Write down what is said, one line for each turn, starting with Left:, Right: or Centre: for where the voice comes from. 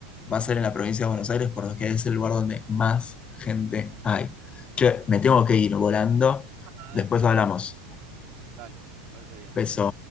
Left: va a ser en la provincia de Buenos Aires porque es el lugar donde más gente hay. Che, me tengo que ir volando,
Right: Ah,
Left: después
Right: de eso lo
Left: hablamos.
Right: hablamos. Dale, me parece bien.
Left: Beso.